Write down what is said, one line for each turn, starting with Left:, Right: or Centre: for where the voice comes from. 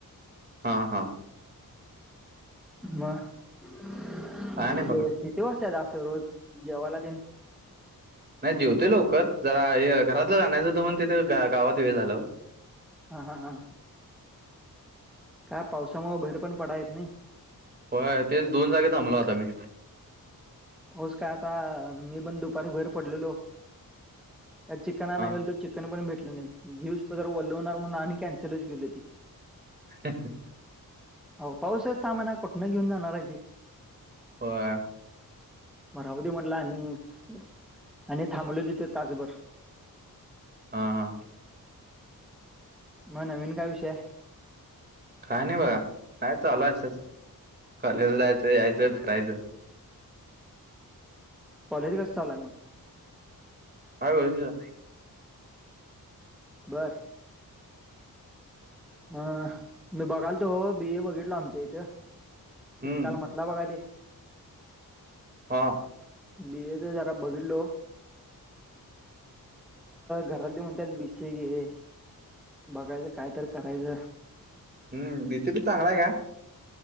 Right: हा हा
Centre: म ते
Right: काय नाही बघा
Centre: दिवस आहे असं रोज जेवा्हाला दिन
Right: नाही जेवते लवकर जरा हे घरातलं गायचं तर म्हण तिथे गावात वेळ झालं
Centre: हा हा हा काय पावसामुळे भैर पण पडाेत नाही
Right: होय तेच दोन जागे थांबलो आता मी
Centre: पाहस का आता मी पण दुपारी भहेर पडलेलो का चिकन
Right: हा
Centre: नाहीेल तर चिकन पण भेटलं नाही हिवस प जर वल्लवणार म्हण आणि कॅन्सलच केली हो ती
Right: ह
Centre: हो पाऊसच थमाना कठण घेऊन जाणार आहे ते
Right: ह
Centre: म राह दे म्हटलं आणि आणि थांबले तिथे तासभर
Right: हा हा
Centre: मग नवीन काय विषय आहे
Right: काय नाही बघा काय चालूय असच कॉलेजला जायचं यायचं फिरायचं
Centre: कॉलेज कसं चालूय मग
Right: हो
Centre: बरं ह मी बघाल तो बी ए बघितलो आमच्या इथं
Right: हम्म
Centre: तुम्ही काल म्हटला बघा ते
Right: हा
Centre: बीएच जरा बघितलो घरातली म्हणत बीसे घे बघायचं काय तर करायचं
Right: हम् बीसीपी चांगला आहे का